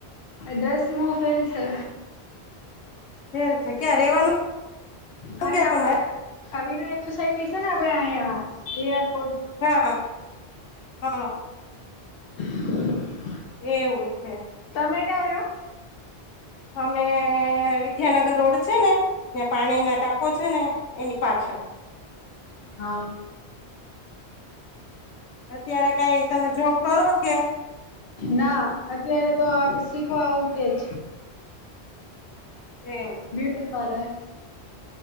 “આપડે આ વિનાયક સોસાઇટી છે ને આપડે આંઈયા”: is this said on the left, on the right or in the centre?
Left